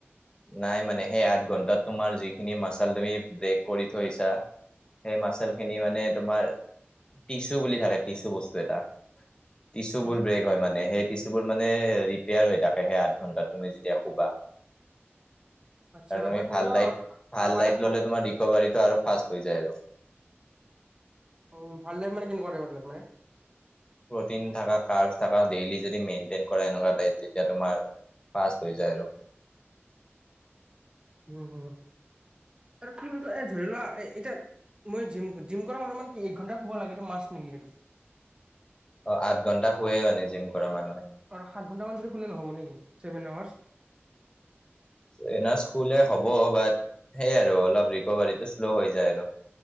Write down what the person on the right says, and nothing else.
উম
আচ্ছা
বা ধৰি
লোৱা
কাবাই
সা-
উম, ভাল ডাইট, মানে কেনেকুৱা ডাইত মানে।
উম, আৰু <unintelligible> এ ধৰি লোৱা এতিয়া মই জিম, জিম কৰা মানুহ মানে কি এক ঘণ্টা শুব লাগেতটো মাষ্ট নেকি আৰু।
আৰু সাত ঘণ্টামান যদি খুললে নহ'ব নেকি ছেভেন আৱাৰ্চ।